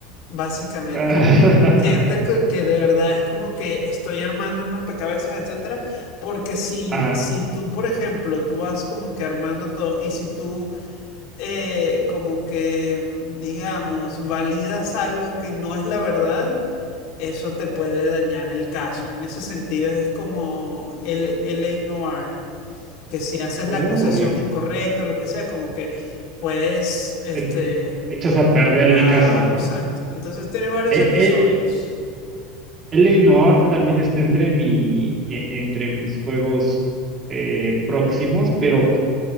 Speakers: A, on the left; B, on the right.
A: básicamente.
B: <laughs>
A: Siento que, que de verdad es como que estoy armando un rompecabezas, etcétera, porque si,
B: Ah,
A: si tú, por ejemplo, tú vas como que armando todo y si tú eh, como que, mm, digamos, validas algo que no es la verdad, eso te puede dañar el caso. En ese sentido es como el L.A. Noir, que si haces
B: uy.
A: la acusación incorrecta, lo que sea, como que puedes, este,
B: E- Echas a perder
A: claro,
B: el caso, ¿no?
A: exacto. Entonces tiene varios
B: E-
A: episodios.
B: e- Eleanor también está entre mi, e- entre mis juegos eh, próximos, pero